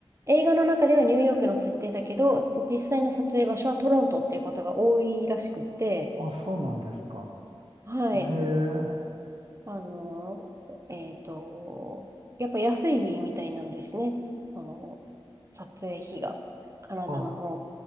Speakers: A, on the right; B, on the right.
A: 映画の中ではニューヨークの設定だけど、実際の撮影場所はトロントっていうことが多いらしくて、
B: あ、そうなんですか。
A: はい。
B: へえ。
A: あの、えっと、やっぱ安いみたいなんですね。その、撮影費が、カナダの方。
B: あ、